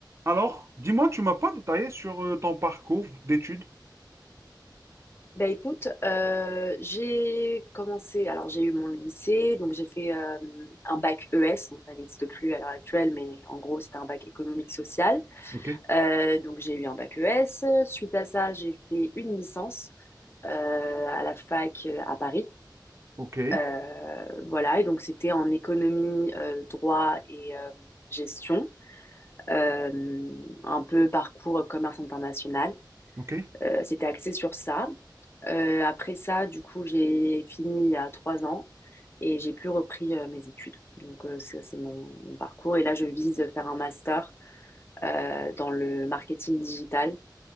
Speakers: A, on the right (about 35°); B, on the left (about 30°).
A: Alors, dis-moi, tu m'as pas détaillé sur euh, ton parcours d'études.
B: Bah écoute, euh, j'ai commencé, alors j'ai eu mon lycée, donc j'ai fait euh, un bac ES, bon, ça n'existe plus à l'heure actuelle, mais en gros c'était un bac économique social.
A: Ok,
B: Euh, donc j'ai eu un bac ES, suite à ça j'ai fait une licence euh, à la fac euh, à Paris.
A: ok,
B: Euh, voilà, et donc c'était en économie, euh, droit et euh, gestion, Euh, un peu parcours commerce international.
A: ok.
B: Euh, c'était axé sur ça. Euh, après ça, du coup, j'ai fini il y a trois ans et j'ai plus repris euh, mes études. Donc, euh, ça, c'est mon, mon parcours. Et là, je vise de faire un master euh, dans le marketing digital